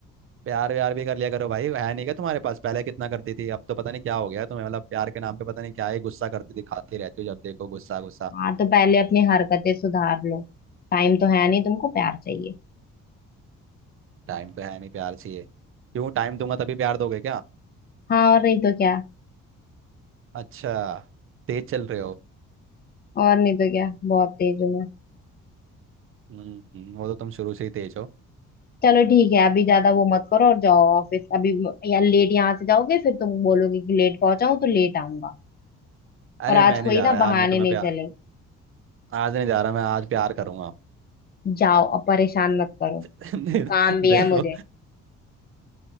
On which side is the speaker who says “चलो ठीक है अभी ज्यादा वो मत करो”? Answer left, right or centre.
Left